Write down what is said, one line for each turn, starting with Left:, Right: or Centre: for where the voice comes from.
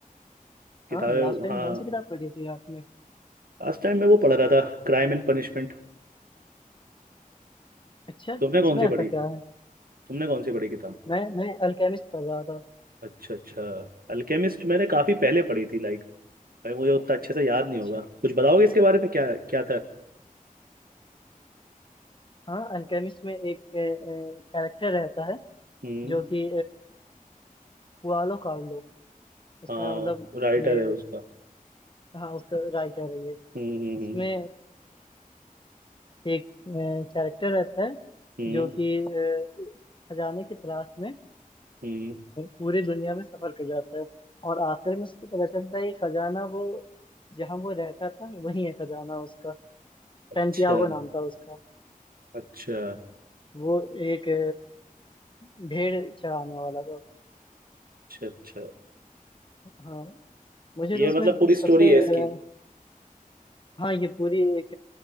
Right: किताबें
Left: हाँ लास्ट टाइम
Right: हाँ
Left: कौन सी किताब पढ़ी थी आपने
Right: लास्ट टाइम मैं वो पढ़ रहा था क्राइम एंड पनिशमेंट
Left: अच्छा
Right: तुमने
Left: इसमें
Right: कौन सी
Left: ऐसा
Right: पढ़ी
Left: क्या है
Right: तुमने कौन सी पढ़ी किताब
Left: मैं मैं अल्केमिस्ट पढ़ रहा था
Right: अच्छा अच्छा अल्केमिस्ट मैंने काफ़ी पहले पढ़ी थी लाइक भाई मुझे उतना अच्छे से याद नहीं
Left: अच्छा
Right: होगा कुछ बताओगे इसके बारे में क्या क्या था
Left: हाँ अल्केमिस्ट में एक कैरेक्टर रहता है
Right: हम्म
Left: जो कि पुआलो कार्लो उसका
Right: हाँ
Left: मतलब
Right: राइटर
Left: ये
Right: है उसका
Left: हाँ उसका राइटर है ये
Right: हम्म
Left: इसमें
Right: हम्म
Left: एक कैरेक्टर रहता है
Right: हम्म
Left: जो कि अ, खजाने की तलाश में अ,
Right: हम्म हम्म,
Left: पूरी दुनिया में सफर कर जाता है और आखिर में उसको पता चलता है कि खजाना वो जहाँ वो रहता था वही है खजाना उसका सैंटियागो
Right: अच्छा
Left: नाम था उसका
Right: अच्छा
Left: वो एक अ, अ, भेड़ चराने वाला था
Right: अच्छा अच्छा
Left: हाँ मुझे
Right: ये
Left: तो उसमें
Right: मतलब पूरी
Left: सबसे
Right: स्टोरी है इसकी
Left: अ, हाँ ये पूरी एक